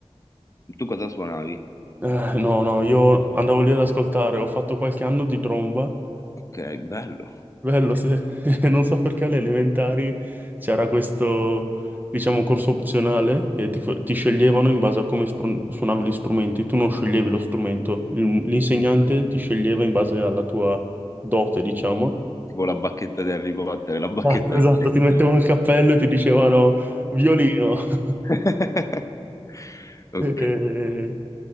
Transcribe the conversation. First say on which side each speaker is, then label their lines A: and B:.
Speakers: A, on the left; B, on the right.
A: Tu cosa suonavi?
B: Eh, no, no, io andavo lì ad ascoltare, ho fatto qualche anno di tromba
A: Ok, bello.
B: Bello, sì. <laughs> Non so perché alle elementari c'era questo, diciamo, corso opzionale che ti, fa- ti sceglievano in base a come spru- suonavi gli strumenti. Tu non sceglievi lo strumento, Il- l'insegnante ti sceglieva in base alla tua dote, diciamo.
A: Tipo la bacchetta di Harry Potter, la bacchetta
B: Esatto, Esatto,
A: che c'è.
B: ti mettevano
A: in mano.
B: il cappello e ti dicevano violino. <laughs>
A: <laughs> Ok.
B: E,